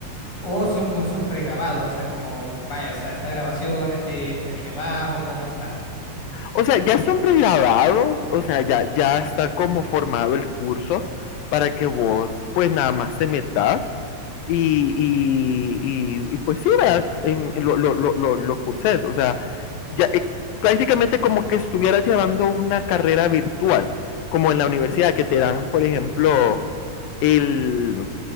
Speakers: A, on the left (about 35°); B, on the left (about 80°).
A: o son cursos pregrabados? O sea, como, vaya, o sea, esta grabación es de esta aquí abajo, ¿cómo está?
B: O sea, ya están pregrabados, o sea, ya, ya está como formado el curso para que vos, pues nada más te metas y, y, y, y pues sí, ¿verdad? En- lo, lo, lo, lo, lo curses, o sea, ya eh, prácticamente como que estuvieras llevando una carrera virtual, como en la universidad que te dan, por ejemplo, el,